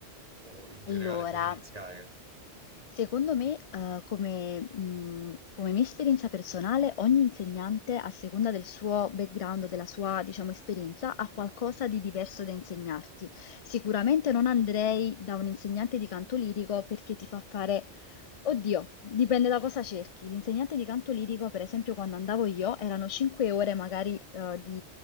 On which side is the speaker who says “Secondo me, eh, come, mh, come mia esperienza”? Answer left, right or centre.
Left